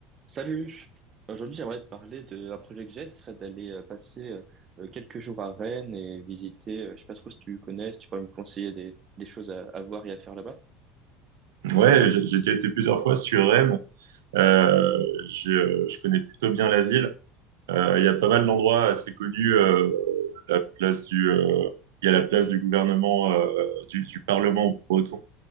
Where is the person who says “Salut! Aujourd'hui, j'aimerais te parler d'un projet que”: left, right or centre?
Right